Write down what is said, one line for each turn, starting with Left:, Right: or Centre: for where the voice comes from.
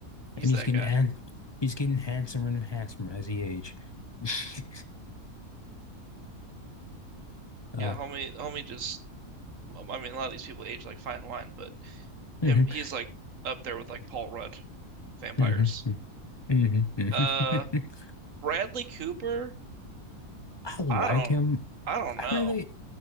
Right: he's
Left: And he's
Right: that
Left: getting
Right: guy.
Left: han he's getting handsomer and handsomer as he age. <laughs>
Right: Yeah,
Left: uh,
Right: homie, homie. Just I mean, a lot of these people age like fine wine, but
Left: hmm
Right: him, he's like up there with like Paul Rudd, vampires.
Left: hmm hmm hmm
Right: Uh,
Left: <laughs>
Right: Bradley Cooper.
Left: I like
Right: I don't,
Left: him.
Right: I don't
Left: I
Right: know.
Left: really,